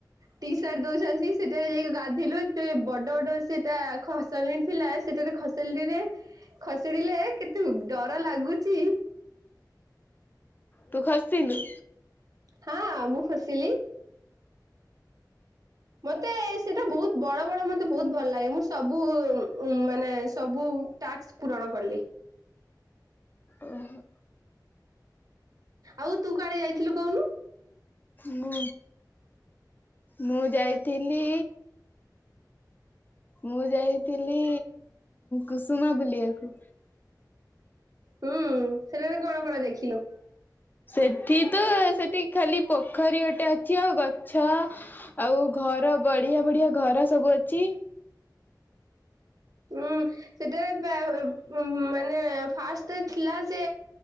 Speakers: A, on the right; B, on the left.
A: ଟି ସାର୍ଟ ଦଉଛନ୍ତି ସେଟା ବି ଯାଇକି ଗାଧେଇଲୁ ଏତେ ବଡ ବଡ ସେଟା ଖସାଲିନ୍ ଥିଲା ସେଟାରେ ଖସି <unintelligible> ରେ ଖସଡିଲେ କେତେ ଡର ଲାଗୁଚି।
B: ତୁ ଖସିଲୁ?
A: ହଁ ମୁଁ ଖସିଲି। ମୋତେ ସେଇଟା ବହୁତ ବଡ ବଡ ମୋତେ ବହୁତ ଭଲ ଲାଗେ ମୁଁ ସବୁ ଉଁ ମାନେ ସବୁ ଟାସ୍କ ପୂରଣ କଲି।
B: ଓହୋ।
A: ଆଉ ତୁ କୁଆଡ ଯାଇଥିଲୁ କହୁନୁ?
B: ମୁ ମୁଁ ଯାଇଥିଲି ମୁଁ ଯାଇଥିଲି କୁସୁମା ବୁଲିବାକୁ।
A: ହୁଁ ସେଠେ ଯାଇକି କଣ କଣ ଦେଖିଲୁ?
B: ସେଠି ତ ସେଠି ଖାଲି ପୋଖରୀ ଗୋଟେ ଅଛି ଆଉ ଗଛ ଆଉ ଘର ବଢିଆ ବଢିଆ ଘର ସବୁ ଅଛି
A: ହୁଁ ସେଟାରେ ମାନେ ଫାଷ୍ଟ ଥିଲା ସେ